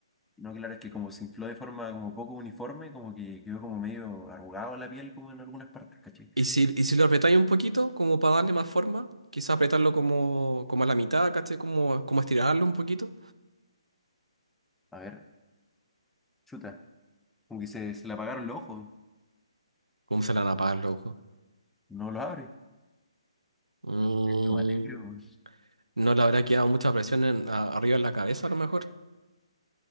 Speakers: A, in the centre; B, on the right.
A: no, claro, es que como se infló de forma como poco uniforme, como que quedó como medio arrugado la piel, como en algunas partes, ¿cachai?
B: ¿Y si, y si lo apretáis un poquito, como para darle más forma? Quizá apretarlo como, como a la mitad, ¿cachai? Como, como estirarlo un poquito.
A: A ver, chuta, como que se, se le apagaron los ojos,
B: ¿Cómo se le van a apagar los ojos?
A: no los abre.
B: Mm,
A: Lo maté, creo.
B: no le habrá quedado mucha presión en- a- arriba en la cabeza, a lo mejor.